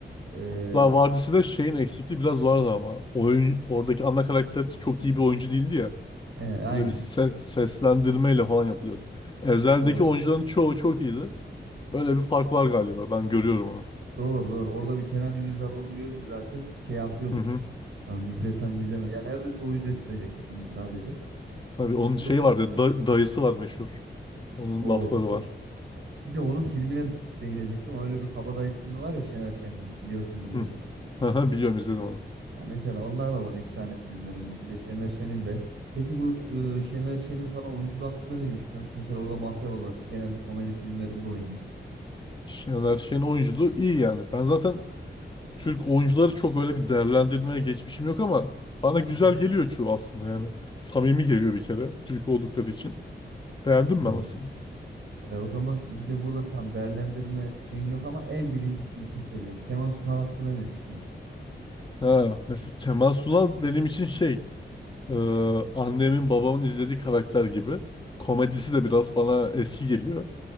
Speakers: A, on the right (about 80°); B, on the left (about 25°).
A: Ee,
B: Kurtlar Vadisi'de şeyin eksikliği biraz vardı ama. Oyun, oradaki ana karakter çok iyi bir oyuncu değildi ya.
A: e, aynen.
B: Böyle bir se- seslendirmeyle falan yapılıyordu. Ezel'deki
A: Doğru.
B: oyuncuların çoğu çok iyiydi. Öyle bir fark var galiba. Ben görüyorum onu.
A: Doğru doğru. Orada bir Kenan İmirzalıoğlu'nu görünce zaten şey yapıyordum.
B: Hı hı.
A: Hani izlesem mi izlemedim. Ya neredeyse o izlettirecekti filmi sadece.
B: Tabii onun
A: Do-
B: şeyi var ya da- dayısı var meşhur. Onun
A: O,
B: lafları
A: t-
B: var.
A: bir de onun filmine değinecektim. Öyle bir Kabadayı filmi var ya Şener Şen'le. Biliyorsundur
B: Hı.
A: belki.
B: Aha, Biliyorum izledim onu.
A: Ya mesela onlar da bak efsane filmlerinden. Bir de Şener Şen'in de. Peki bu e, Şener Şen'in falan oyunculuğu hakkında ne düşünüyorsun? Mesela orada mafya babası genelde komedi filmlerinde oynuyor.
B: Şener Şen oyunculuğu iyi yani. Ben zaten Türk oyuncuları çok öyle bir değerlendirmeye geçmişim yok ama bana güzel
A: Hı hı.
B: geliyor çoğu aslında yani. Samimi geliyor bir kere Türk oldukları için. Beğendim
A: Evet.
B: ben aslında.
A: E, o zaman bir de burada tam değerlendirme şeyin yok ama en bilindik bir isim söyleyeyim. Kemal Sunal hakkında ne düşünüyorsun?
B: Ha, mesela Kemal Sunal benim için şey Ee, annemin babamın izlediği karakter gibi. Komedisi de biraz bana eski geliyor.